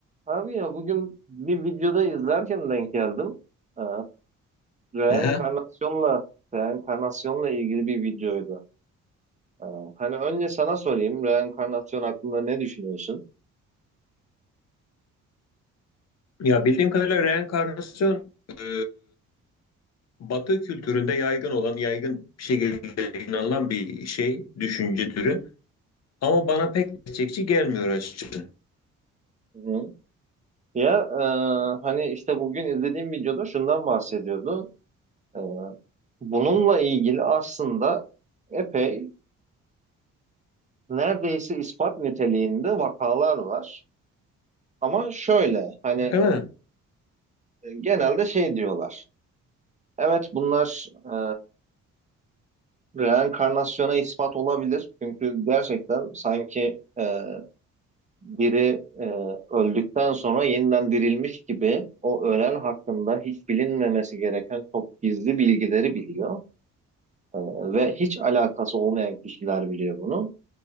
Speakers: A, on the right; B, on the left.
A: Abi ya bugün bir videoda izlerken denk geldim. Ee, reenkarnasyonla
B: Ehe.
A: reenkarnasyonla ilgili bir videoydu. Ee, hani önce sana sorayım reenkarnasyon hakkında ne düşünüyorsun?
B: Ya bildiğim kadarıyla reenkarnasyon e, Batı kültüründe yaygın olan, yaygın bir şekilde inanılan bir şey, düşünce türü. Ama bana pek gerçekçi gelmiyor açıkçası.
A: Hı. Ya e, hani işte bugün izlediğim videoda şundan bahsediyordu. Ee, bununla ilgili aslında epey neredeyse ispat niteliğinde vakalar var. Ama şöyle hani
B: Değil mi?
A: e, genelde şey diyorlar. Evet bunlar e, Reenkarnasyona ispat olabilir. Çünkü gerçekten sanki e, biri e, öldükten sonra yeniden dirilmiş gibi o ölen hakkında hiç bilinmemesi gereken çok gizli bilgileri biliyor. E, ve hiç alakası olmayan kişiler biliyor bunu.